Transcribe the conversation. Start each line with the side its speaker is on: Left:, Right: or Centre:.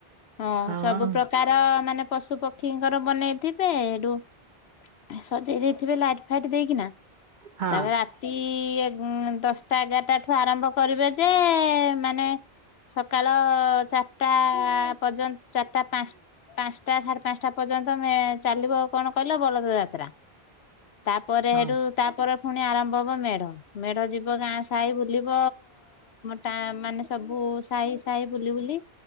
Left: ହ
Right: ହଁ ହଁ
Left: ସବୁ ପ୍ରକାର ତାର ମାନେ ପଶୁ ପକ୍ଷୀଙ୍କର ବନେଇଥିବେ ଏଇଠୁ ସଜେଇ ଦେଇଥିବେ ଲାଇଟ ଫାଇଟ ଦେଇକିନା
Right: ହଁ
Left: ତାପରେ ରା ଦଶଟା ଏଗାରଟା ଠୁ ଆରମ୍ଭ କରିବେ ଯେ ମାନେ। ସକାଳ ଚାରିଟା ପର୍ଯ୍ୟନ୍ତ ଚାରିଟା ପାଞ୍ଚ ପାଞ୍ଚଟା ସାଢେ ପାଞ୍ଚଟା। ପର୍ଯ୍ୟନ୍ତ ଚାଲିବ କଣ କହିଲ ବଳଦ ଯାତ୍ରା ତାପରେ
Right: ହଁ
Left: ହେଠୁ ତା ପରେ ପୁଣି ଆରମ୍ଭ ହବ ମେଢ ମେଢ ଯିବ ଗାଁ ସାହି ବୁଲିବ ଟ ମାନେ ସବୁ ସାହି ସାହି ବୁଲି ବୁଲି